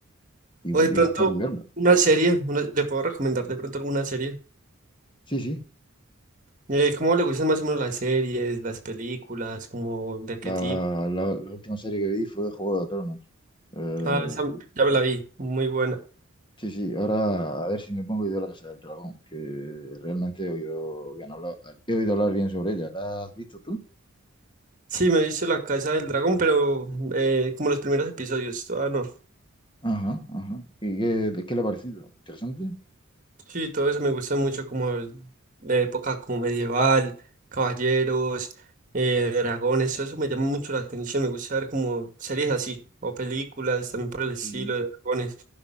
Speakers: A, on the left (about 25°); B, on the right (about 40°).
A: y, bu-
B: O de
A: y buscar
B: pronto
A: y verla.
B: una serie, una- le puedo recomendar de pronto alguna serie.
A: Sí, sí.
B: Eh, ¿cómo le gustan más o menos las series, las películas, como de
A: La,
B: qué tipo?
A: la- la última serie que vi fue Juego de Tronos. Eh,
B: Ah, esa ya me la vi, muy buena.
A: sí, sí, ahora a ver si me pongo y veo La Casa del Dragón, que realmente he oído, bien hablar, he oído hablar bien sobre ella. ¿La has visto tú?
B: Sí, me he visto La Casa del Dragón, pero eh, como los primeros episodios, todavía no.
A: Ajá, ajá. ¿Y qué, qué le ha parecido? ¿Interesante?
B: Sí, todo eso me gusta mucho, como el- de época como medieval, caballeros, eh, dragones, todo eso me llama mucho la atención. Me gusta ver como series así, o películas también por el estilo
A: Sí,
B: de dragones.